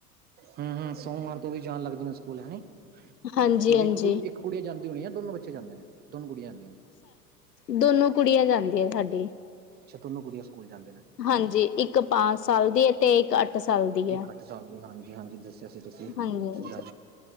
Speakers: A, on the right; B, on the left.
A: ਹੂੰ, ਹੂੰ, ਸੋਮਵਾਰ ਤੋਵੀ ਜਾਨ ਲੱਗ ਜਾਨਗੇ ਸਕੂਲ ਹਨੀ।
B: ਹਾਂਜੀ
A: ਤੋਆਡੀ
B: ਹਾਂਜੀ
A: ਇੱਕ ਗੁੜ ਇੱਕ ਗੁੜੀਆਂ ਜਾਂਦੀ ਹੋਣੀ ਯਾ ਦੋਨੋ ਬੱਚੇ ਜਾਂਦੇ ਨੇ, ਦੋਨੋ ਗੁੜੀਆਂ ਜਾਂਦੀਆਂ ਨੇ।
B: ਦੋਨੋ ਕੁੜੀਆਂ ਜਾਂਦੀ ਐ ਸਾਡੀ
A: ਅੱਛਾ, ਦੋਨੋ ਗੁੜੀਆਂ ਸਕੂਲ ਜਾਂਦੇ ਨੇ
B: ਹਾਂਜੀ, ਇੱਕ ਪਾਂਚ ਸਾਲ ਦੀ ਏ, ਤੇ ਇੱਕ ਅੱਠ ਸਾਲ ਦੀ
A: ਇੱਕ
B: ਐ।
A: ਅੱਠ ਸਾਲ ਦੀ ਹਾਂਜੀ, ਹਾਂਜੀ ਦਸ ਦਸੇਆ ਸੀ ਤੁਸੀ
B: ਹਾਂਜੀ
A: <unintelligible>